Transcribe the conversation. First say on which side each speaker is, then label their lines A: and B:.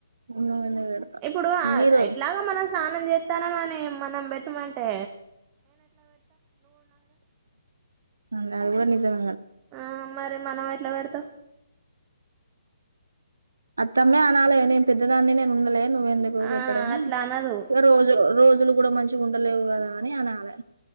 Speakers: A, on the right; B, on the right.
A: ఉన్నవన్నీ పెడతా
B: ఇప్పుడు
A: మీరు
B: ఎట్లాగా మన స్నానం చేత్తానవనె మనం పెట్టమంటే
A: అ అది కూడా నిజమ
B: ఆ మరి మనం ఎట్లా పెడతాం
A: అత్తమ్మే అనాల న పెద్దదాే నేను ఉండలే నువ్వ ఎందుకు
B: ఆ
A: పెట్టడం
B: అట్లా అనదు
A: ఇ రోజు రోజు కూడా <unintelligible> మంచిగా ఉండలేవు కదా అని అనాలే